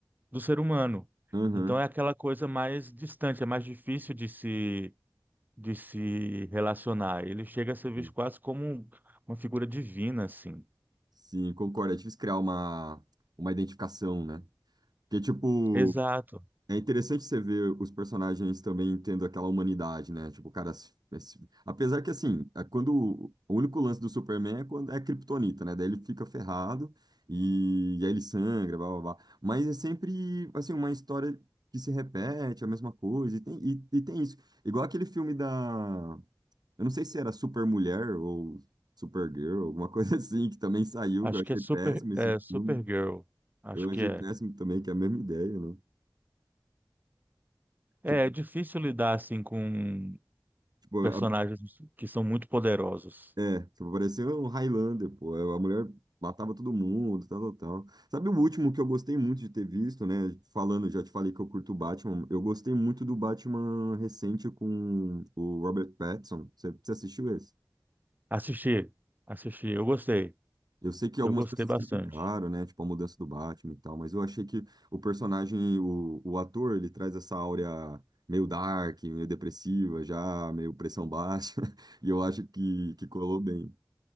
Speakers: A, on the right; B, on the right.
A: do ser humano.
B: uhum.
A: Então, é aquela coisa mais distante, é mais difícil de se, de se relacionar. Ele chega a ser visto
B: Sim,
A: quase como um, uma figura divina, assim.
B: Sim, concordo. É difícil criar uma, uma identificação, né? Porque, tipo,
A: Exato.
B: É interessante você ver os personagens também tendo aquela humanidade, né? Tipo, o cara. se- é, se- Apesar que, assim, é quando. O único lance do Superman é quando é a Kryptonita, né? Daí ele fica ferrado e, e aí ele sangra, blá blá blá. Mas é sempre, assim, uma história que se repete, a mesma coisa. E tem, e, e tem isso. Igual aquele filme da. Eu não sei se era Super Mulher ou Supergirl, alguma coisa <laughs> assim, que também saiu.
A: Acho
B: Eu achei
A: que é super,
B: péssimo esse
A: é Supergirl.
B: filme.
A: Acho
B: Eu achei
A: que é.
B: péssimo também, que é a mesma ideia, né?
A: É,
B: Tipo,
A: é difícil lidar, assim, com
B: tipo,
A: personagens que são muito poderosos.
B: É, tipo, parecia um Highlander, pô. É, A mulher matava todo mundo, tal, tal, tal. Sabe o último que eu gostei muito de ter visto, né? Falando, já te falei que eu curto o Batman. Eu gostei muito do Batman recente com o Robert Pattinson. Você, você assistiu esse?
A: Assisti, assisti, eu gostei,
B: Eu sei que
A: eu
B: algumas
A: gostei
B: pessoas
A: bastante.
B: criticaram, né? Tipo, a mudança do Batman e tal, mas eu achei que o personagem, o, o ator, ele traz essa áurea meio dark, meio depressiva, já meio pressão baixa. <laughs> E eu acho que, que colou bem.